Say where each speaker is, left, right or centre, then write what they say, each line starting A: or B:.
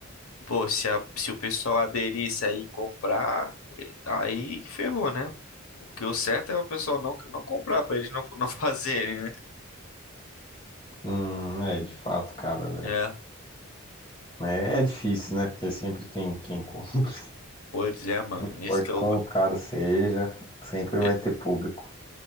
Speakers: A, on the left; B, on the left.
A: pô, se a, se o pessoal aderisse aí e comprar, eh, aí ferrou, né? Porque o certo é o pessoal não não comprar pra eles não não <laughs> fazerem, né?
B: Hum, é, de fato, cara,
A: É,
B: é, é é difícil, né? Porque sempre tem quem compre. <laughs>
A: pois é, mano.
B: Não importa
A: Esse que é
B: quão
A: o
B: caro seja, sempre vai
A: É,
B: ter público.